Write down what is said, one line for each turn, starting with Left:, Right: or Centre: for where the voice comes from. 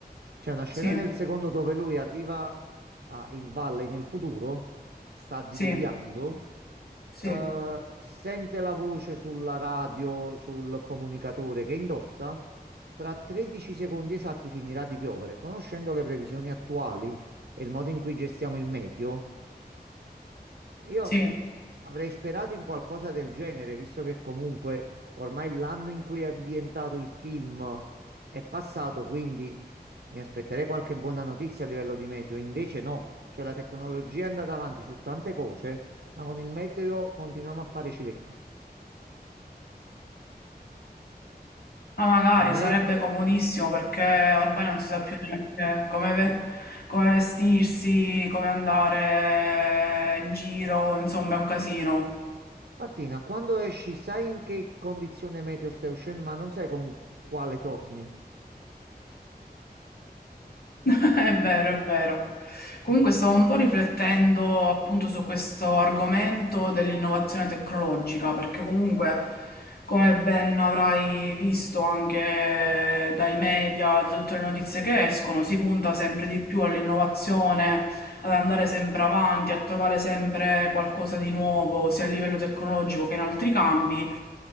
Right: C'è una scena
Left: Sì,
Right: nel secondo dove lui arriva a Il Valle nel futuro, sta diluviando,
Left: sì, sì,
Right: eh, sente la voce sulla radio, sul comunicatore che indossa. Tra 13 secondi esatti finirà di piovere. Conoscendo le previsioni attuali e il modo in cui gestiamo il meteo. Io
Left: sì.
Right: avrei sperato in qualcosa del genere, visto che comunque ormai l'anno in cui è ambientato il film è passato, quindi mi aspetterei qualche buona notizia a livello di meteo. Invece no, cioè la tecnologia è andata avanti su tante cose, ma con il meteo continuiamo a fare cilecca.
Left: Ma magari
Right: Ormai
Left: sarebbe
Right: è...
Left: comodissimo perché ormai non si sa più neanche come, ve- come vestirsi, come andare in giro, insomma, è un casino.
Right: Martina, quando esci sai in che condizione meteo stai uscendo, ma non sai con quale torni.
Left: <laughs> È vero, è vero. Comunque stavo un po' riflettendo appunto su questo argomento dell'innovazione tecnologica, perché comunque, come ben avrai visto anche dai media, da tutte le notizie che escono, si punta sempre di più all'innovazione, ad andare sempre avanti, a trovare sempre qualcosa di nuovo, sia a livello tecnologico che in altri campi.